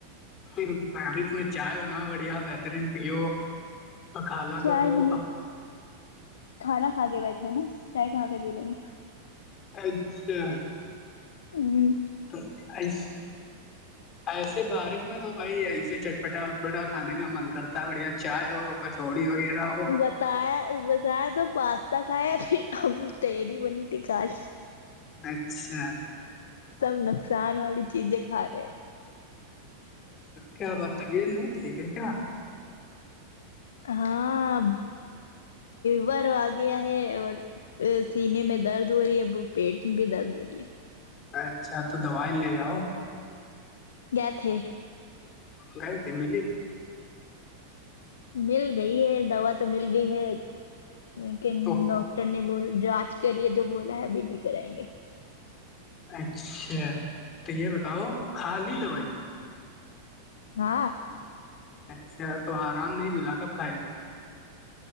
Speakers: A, on the left; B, on the left.
A: پھر بس میں چائے بناؤ بڑھیا بہترین پیو خالہ
B: چائے
A: کو دو
B: نہیں
A: اچھا
B: کھانا کھا کے بیٹھے نا چائے کہاں کے پیلیں گے
A: اچھا
B: ہوں
A: تو آس ایسے بارش میں تو بھائی ایسے چٹپٹا وٹپٹا کھانے کا من کرتا ہے بڑھیا چائے ہو کچوی وغیرہ
B: بتایا بتایا تو پاستا کھایا پھر ابھی تیری بنی تھی کالی
A: اچھا
B: سب نقصان والی چیزیں کھا رہے ہیں
A: کیا بات ہے ب نہیں ٹھیک ہے کیا
B: ہاں بار آگے ہے اور سینے میں درد ہو رہی ہے اب پیٹ میں بھی درد ہو رہی ہے
A: اچھا تو دوائی لے آؤ
B: گئے تھے
A: گائے میلی
B: مل گئی ہے دوا تو مل گئی ہے لیکن
A: تو
B: ڈاکٹر نے بول آج کے لیے جو بولا ہے ابھی نہیں کرائیں گے
A: اچھا تو یہ بتاؤو کھا لی دوائی
B: ہاں
A: اچھا تو آرام نہیں ملا کب کھائے گی